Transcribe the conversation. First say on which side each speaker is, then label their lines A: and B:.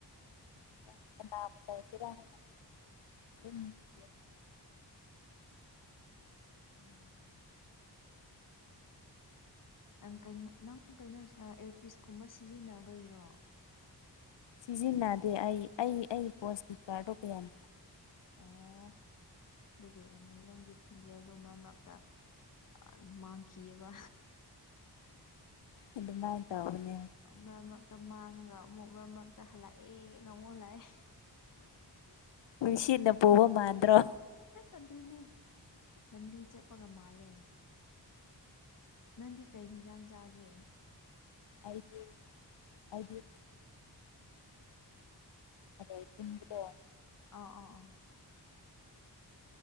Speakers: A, on the left (about 85°); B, on the left (about 50°).
A: <unintelligible>
B: ꯎꯝ ꯅꯪ ꯀꯩꯅꯣ ꯅꯪ ꯀꯩꯅꯣ ꯑꯥ ꯑꯦꯌ꯭ꯔꯄꯤꯁꯀꯨꯝꯕ ꯁꯤꯖꯤꯟꯅꯕꯩꯔꯣ
A: ꯁꯤꯖꯤꯟꯅꯗꯦ ꯑꯩ ꯑꯩ ꯑꯩꯒꯤ ꯄꯣꯁ ꯄꯤꯀꯔꯗꯣ ꯀꯌꯥꯝ
B: ꯑꯣ ꯗꯨꯒꯤ ꯑꯣꯏꯔꯝꯒꯅꯤ ꯅꯪꯒꯤ ꯈꯨꯟꯖꯦꯜꯗꯣ ꯃꯔꯛ ꯃꯔꯛꯇ ꯑꯥ ꯃꯥꯡꯈꯤꯌꯦꯕ
A: ꯑꯗꯨꯃꯥꯏꯅ ꯇꯧꯕꯅꯦ
B: ꯃꯔꯛ ꯃꯔꯛꯇ ꯃꯥꯡꯉꯒ ꯑꯃꯨꯛ ꯃꯔꯛ ꯃꯔꯛꯇ ꯍꯜꯂꯛꯑꯦꯅ ꯑꯃꯨꯛ ꯍꯜꯂꯛꯑꯦ
A: ꯅꯨꯡꯁꯤꯠꯅ ꯄꯨꯕꯥ ꯃꯥꯟꯗ꯭ꯔꯣ
B: ꯑꯗꯨꯅꯦ ꯂꯝꯕꯤ ꯆꯠꯄꯒ ꯃꯥꯜꯂꯦ ꯅꯪꯗꯤ ꯀꯩ ꯍꯤꯟꯖꯥꯡ ꯆꯥꯒꯦ
A: ꯑꯩꯒꯤ ꯑꯩꯒꯤ ꯑꯗꯩꯩ ꯇꯨꯝꯕꯗꯣ
B: ꯑꯣ ꯑꯣ ꯑꯣ